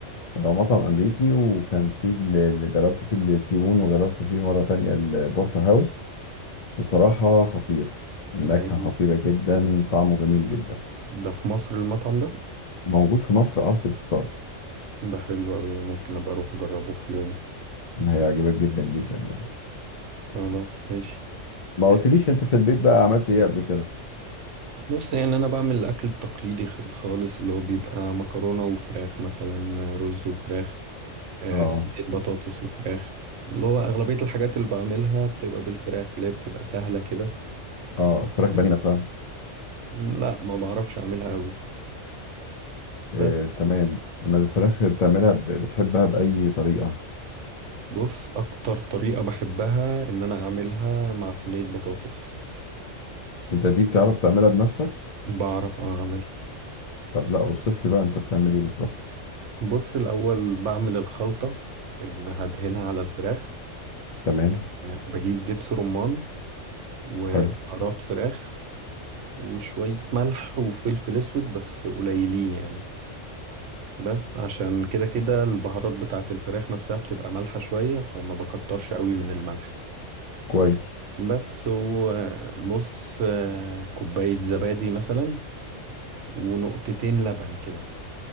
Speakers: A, on the left (about 45°); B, on the right (about 75°).
A: هو مطعم امريكي وكان فيه اللي اللي جربت فيه التيبون وجربت فيه مره تانية البورتر هاوس بصراحه خطير النكهه
B: ده إيه؟
A: خطيره جدا طعمه جميل جدا
B: ده في مصر المطعم ده
A: موجود في مصر اه في ست ستارز
B: ده حلو أوي ممكن أبقى أروح أجربه في يوم
A: هيعجبك جدا جدا يعني
B: خلاص ماشي
A: ما
B: آه،
A: قلتليش انت في البيت بقى عملت ايه قبل كده
B: بص يعني أنا بعمل الأكل التقليدي خ- الخالص اللي هو بيبقى مكرونة وفراخ مثلا آه، رز وفراخ آه،
A: اه
B: صينية بطاطس وفراخ اللي هو أغلبية الحاجات اللي بعملها بتبقى بالفراخ اللي هي بتبقى سهلة كده
A: اه فراخ
B: آه،
A: بانيه مثلا
B: لا ما بعرفش أعملها قوي
A: آه
B: بس
A: تمام اما الفراخ اللي بتعملها ب- بتحبها باي طريقه
B: بص أكتر طريقة بحبها إن أنا أعملها مع صينية بطاطس
A: انت دي بتعرف تعملها بنفسك
B: بعرف أعملها
A: طب لا اوصف لي بقى انت بتعمل ايه بالظبط
B: بص الأول بعمل الخلطة اللي هدهنها على الفراخ
A: تمام
B: آه، بجيب دبس رمان وبهارات
A: حلو
B: فراخ وشوية ملح وفلفل أسود بس قليلين يعني بس عشان كده كده البهارات بتاعة الفراخ نفسها بتبقى مالحة شوية فما بكترش قوي من الملح
A: كويس
B: بس هو نص آه، كوباية زبادي مثلا ونقطتين لبن كده